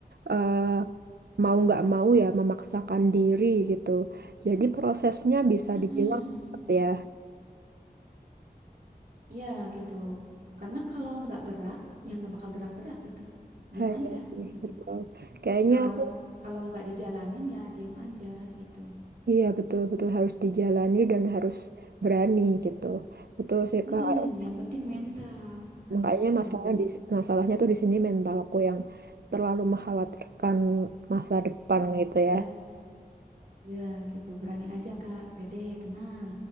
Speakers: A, on the right (about 75°); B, on the right (about 60°).
A: eh, mau nggak mau ya memaksakan diri gitu. Jadi prosesnya bisa
B: Mm-mm.
A: dibilang cepet ya.
B: Iya gitu. Karena kalau nggak gerak, ya nggak bakal gerak-gerak gitu. Diam
A: Iya
B: aja
A: sih,
B: gitu.
A: betul. Kayaknya
B: Kalau
A: aku
B: kalau nggak dijalanin ya diam aja gitu.
A: Iya betul-betul harus dijalani dan harus berani gitu. Betul sih
B: Mm-mm,
A: Kak.
B: yang penting mental
A: Makanya
B: gitu.
A: masalah di, masalahnya tuh di sini mentalku yang terlalu mengkhawatirkan masa depan gitu
B: Ya,
A: ya.
B: ya gitu. Berani aja Kak, pede, tenang